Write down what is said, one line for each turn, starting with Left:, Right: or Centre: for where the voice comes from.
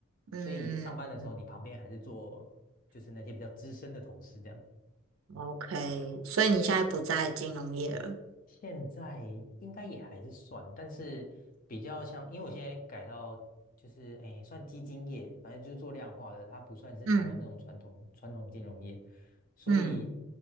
Right: 嗯嗯
Left: 所以上班的时候你旁边还是做就是那些比较资深的同事这样。
Right: ，OK。所以你现在不在金融业了。
Left: 现在应该也还是算，但是比较像，因为我现在改到就是诶，算基金业，反正就是做量化的，它不算是台湾那种传统传统金融业，
Right: 嗯
Left: 所以
Right: 嗯，